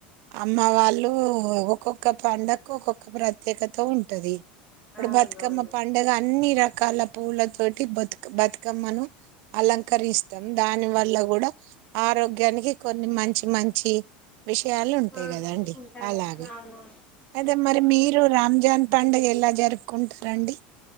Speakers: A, on the right (about 60°); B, on the left (about 25°).
A: అమ్మ వాళ్ళు ఒకో ఒక పండక్కు ఒక్కొక్క ప్రత్యేకత ఉంటది ఇప్పుడు
B: అవునవును
A: బతుకమ్మ పండగ అన్నీ రకాల పూవుల తోటి బతుక్ బతుకమ్మను అలంకరిస్ తం దాని వల్ల కూడా ఆరోగ్యానికి కొన్ని మం చి మంచి విషయాలు
B: సరమాను
A: ఉంటాయి కదాండి.
B: ఉంటాయా
A: అలాగే
B: అవునవును
A: అదే మరి మీరు రాంజాన్ పండగ ఎలాగ్ జరుపుకుంటరండి